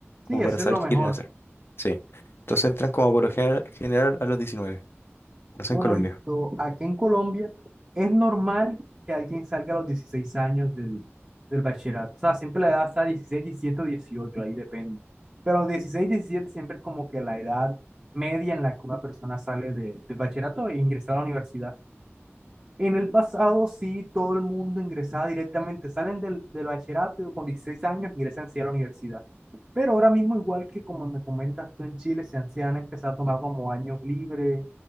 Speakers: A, on the left; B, on the right.
A: como
B: Sí, eso
A: para saber
B: es lo mejor.
A: qué quieren hacer. Sí. Entonces entran como por lo general, general a los diecinueve No sé
B: Bueno,
A: en Colombia.
B: listo. Aquí en Colombia es normal que alguien salga a los 16 años del, del bachillerato. O sea, siempre la edad está 16, 17 o 18, ahí depende. Pero los 16, 17 siempre es como que la edad media en la que una persona sale de- del bachillerato e ingresa a la universidad. En el pasado sí, todo el mundo ingresaba directamente, salen del, del bachillerato y con 16 años, ingresan sí a la universidad. Pero ahora mismo, igual que como me comentas tú en Chile, se han, se han empezado a tomar como años libres